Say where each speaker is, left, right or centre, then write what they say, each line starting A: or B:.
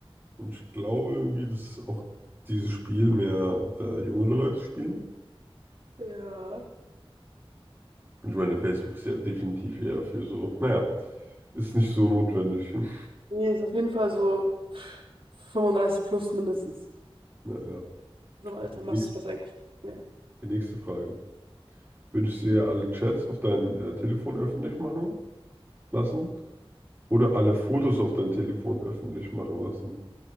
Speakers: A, on the right; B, on the right.
A: Und ich glaube irgendwie, dass auch dieses Spiel mehr äh, jüngere Leute spielen.
B: ja.
A: Und ich meine, Facebook ist ja definitiv eher für so, naja, ist nicht so notwendig. <laughs>
B: Nee, ist auf jeden Fall so 35 plus mindestens.
A: Naja,
B: So im Alter
A: die
B: machst
A: nächste
B: du das eigentlich nicht mehr.
A: die nächste Frage. Würdest du ja alle Chats auf dein äh, Telefon öffentlich machen lassen oder alle Fotos auf dein Telefon öffentlich machen lassen?